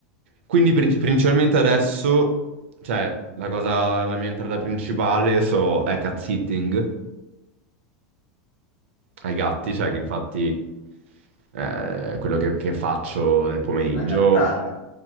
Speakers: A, on the right; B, on the left.
A: Quindi princi- principalmente adesso, cioè, la cosa, la mia entrata principale so, è cat sitting ai gatti, cioè che infatti eh, quello che, che faccio nel pomeriggio.
B: È una gattara.